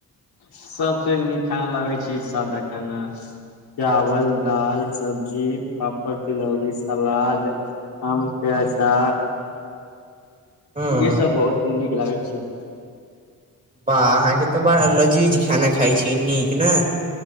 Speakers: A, on the left; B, on the right.
A: सबसे नीक खाना लगै छी सादा खान चावल दाल सब्जी पापड़ तिलौरीी सला आम के अचा
B: हँ
A: यिहे सब बहुत नीक लागै छ
B: बाह अहाँके तो बड़ा लजीज खाननाा खाइ छी नीक न